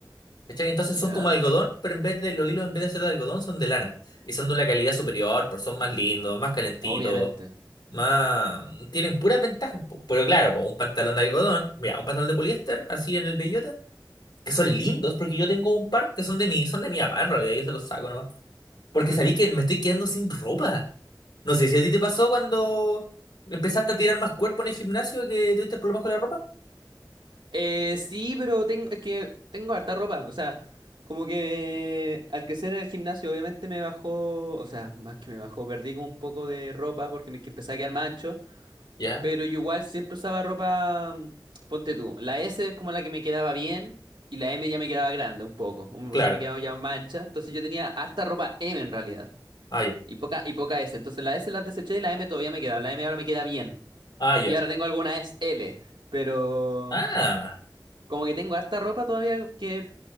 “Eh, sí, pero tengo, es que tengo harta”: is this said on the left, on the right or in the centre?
Right